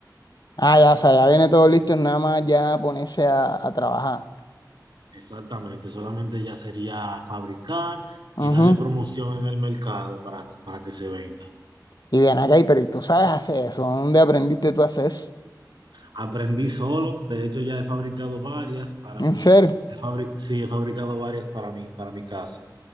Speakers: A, on the left; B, on the right.
A: Ah, ya, o sea, ya viene todo listo, es nada más ya ponerse a, a trabajar.
B: Exactamente. Solamente ya sería fabricar
A: Ujú.
B: y darle promoción en el mercado para, para que se venda.
A: Y bien acá, y pero ¿y tú sabes hacer eso? ¿Dónde aprendiste tú a hacer eso?
B: Aprendí solo, de hecho ya he fabricado varias para
A: ¿En
B: mí.
A: serio?
B: He fabri- sí, he fabricado varias para mí, para mi casa.